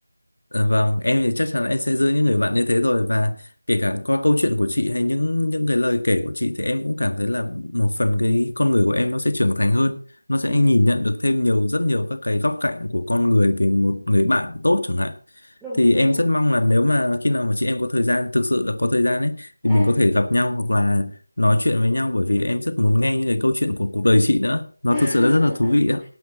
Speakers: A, on the left; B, in the centre.
A: Dạ Vâng, em thì chắc chắn là em sẽ giữ những người bạn như thế rồi và kể cả qua câu chuyện của chị hay những những cái lời kể của chị thì em cũng cảm thấy là một phần cái con người của em nó sẽ trưởng thành hơn, nó sẽ
B: Ừ,
A: nhìn nhận được thêm nhiều rất nhiều các cái góc cạnh của con người về một người bạn tốt chẳng hạn.
B: đúng
A: Thì
B: rồi.
A: em rất mong là nếu mà khi nào mà chị em có thời gian, thực sự là có thời gian ấy thì
B: À.
A: mình có thể gặp nhau hoặc là nói chuyện với nhau bởi vì em rất muốn nghe những cái câu chuyện của cuộc đời chị nữa. Nó
B: <laughs>
A: thực sự là rất là thú vị ạ.